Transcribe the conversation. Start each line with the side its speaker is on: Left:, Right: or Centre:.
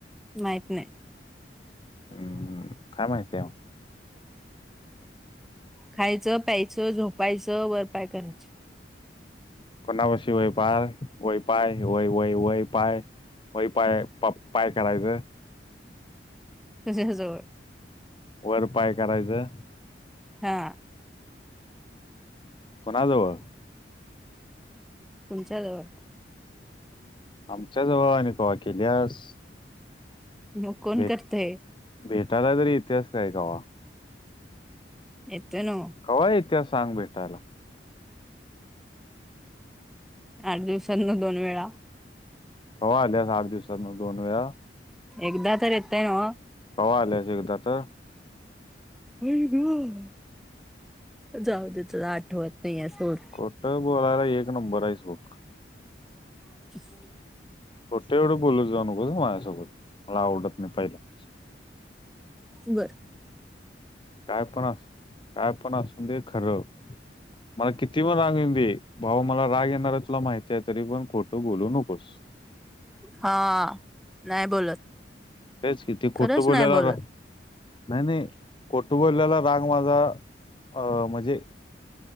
Centre: माहीत नाही.
Left: हम हम. काय महिती ये मग?
Centre: खायचं, प्यायचं, झोपायचं, वरपाय करायचे
Left: <unintelligible> वय पाय प पाय करायच
Centre: तेज हे जवळ
Left: वर पाय करायचं.
Centre: हा.
Left: कोणा जावळ?
Centre: तुमच्याजवळ
Left: आमच्या जवळ आणि कवा केल्यास?
Centre: मग कोण
Left: भेट
Centre: करतय?
Left: भेटायला तरी इत्यास काय कवा?
Centre: येतोय नव.
Left: कवा येत्यास सांग मला?
Centre: आठ दिवसातन दोन वेळा
Left: कवा आल्यास आठ दिवसात मग दोन वेळा?
Centre: एकदा तर येतय नव?
Left: कवा आल्यास एकदा तर?
Centre: हम हम. जाऊद तूला आठवत नाही आहे सोड.
Left: खोठं बोलायला एक नंबर आहेस बग
Centre: <inaudible>
Left: खोटं एवढ बोलत जाऊ नकोस ह माझ्यासोबत मला आवडत नाही पहिला
Centre: बरं
Left: काय पण अस, काय पण असून दे खर मला किती पण राग येउदे. भाऊ मला राग येणार आहे तुला माहिती आहे. तरी पण खोटं बोलू नकोस.
Centre: हा. नाही बोलत.
Left: तेच किती
Centre: खरंच
Left: खोटं
Centre: नाही
Left: बोलायला
Centre: बोलत.
Left: नाही नाही, खोटं बोललेला राग माझा अ म्हणजे